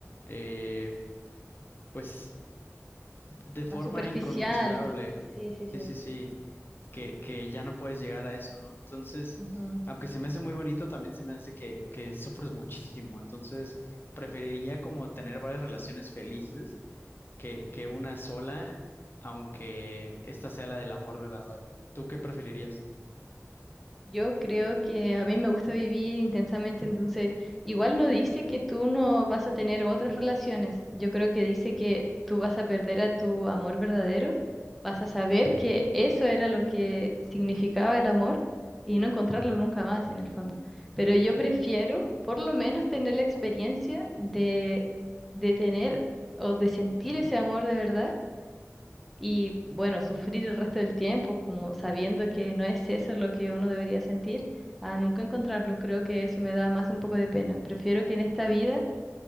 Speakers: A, on the left; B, in the centre.
A: eh, pues de forma
B: Más superficial.
A: inconmensurable.
B: Sí, sí,
A: Sí,
B: sí.
A: sí, sí. Que, que ya no puedes llegar a eso, ¿no? Entonces,
B: Ujú.
A: aunque se me hace muy bonito, también se me hace que, que sufres muchísimo. Entonces, preferiría como tener varias relaciones felices que, que una sola, aunque esta sea la del amor verdadero. ¿Tú qué preferirías?
B: Yo creo que a mí me gusta vivir intensamente, entonces igual no dice que tú no vas a tener otras relaciones, yo creo que dice que tú vas a perder a tu amor verdadero, vas a saber que eso era lo que significaba el amor y no encontrarlo nunca más en el fondo. Pero yo prefiero por lo menos tener la experiencia de, de tener o de sentir ese amor de verdad y bueno, sufrir el resto del tiempo, como sabiendo que no es eso lo que uno debería sentir, a nunca encontrarlo. Creo que eso me da más un poco de pena. Prefiero que en esta vida